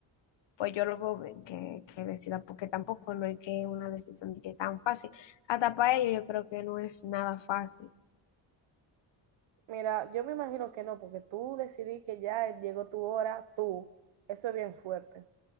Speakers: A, on the left (about 70°); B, on the right (about 80°).
A: pues yo lo veo bien que, que decida, porque tampoco no es que una decisión de que es tan fácil. Hasta para ellos yo creo que no es nada fácil.
B: mira, yo me imagino que no, porque tú decidí que ya llegó tu hora, tú, eso es bien fuerte.